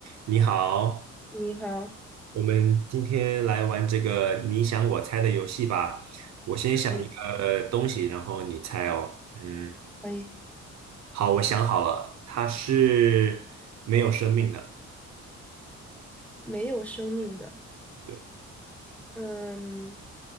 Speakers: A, on the right; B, in the centre.
A: 你好，
B: 你好，
A: 我们今天来玩这个你想我猜的游戏吧。我先想一个东西，
B: 可以，
A: 然后你猜哦。嗯，
B: 可以，
A: 好，我想好了，它是没有生命的，
B: 没有生命的，
A: 对，
B: 嗯，